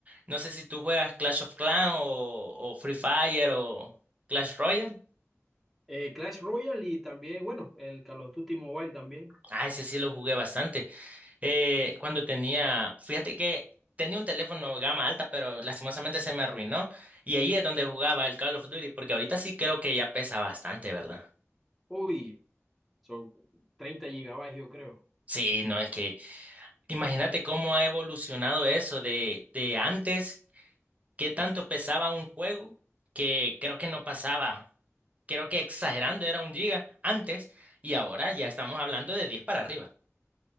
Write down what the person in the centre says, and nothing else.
Eh, Clash Royale y también, bueno, el Call of Duty Mobile también.
Uy, son 30 gigabytes, yo creo.